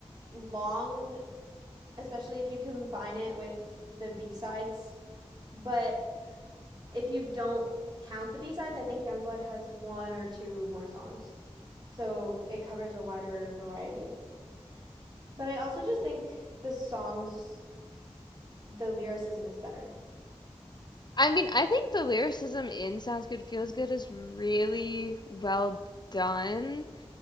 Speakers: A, on the right; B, on the left.
A: long especially if you combine it with the B-sides. But if you don't count the B-sides, I think Youngblood has one or two more songs. So it covers a wider variety. But I also just think the songs, the lyricism is better.
B: I mean, I think the lyricism in Sounds Good Feels Good is really well done,